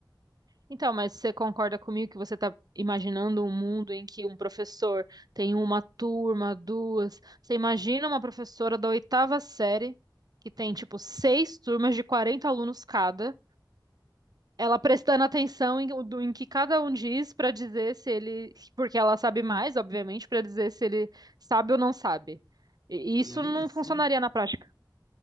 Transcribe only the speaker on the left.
E
ainda
assim,